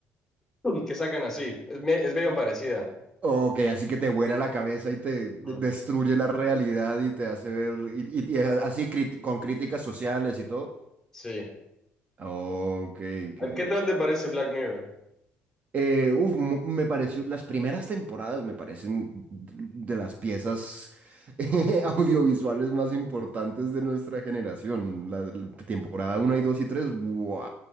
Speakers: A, in the centre; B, on the right.
A: que sacan así. Es, me- es medio parecida.
B: Ok, así que te vuela la cabeza y te de-
A: Ujú.
B: destruye la realidad y te hace ver, y, y- y así crit- con críticas sociales y todo.
A: Sí.
B: Ok, que
A: ¿A ¿Qué tal te parece Black Mirror?
B: eh, uf, mu- me pareció, las primeras temporadas me parecen de las piezas <laughs> audiovisuales más importantes de nuestra generación. La, la temporada uno y 2 y tres wow.